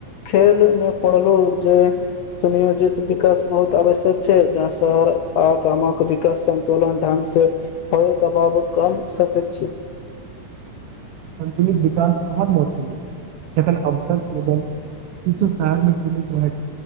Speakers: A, on the left; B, on the right.
A: खेल मे पढ़लहु जे सुनियोजित विकास बहुत आवश्यक छै जहाँ स आ कामक विकास संन्तुलन ढंग से होय दबाव कम सकैत छी
B: संन्तुलित विकास बहुत महत्वपूर्ण जखन अवसर केवल रह छै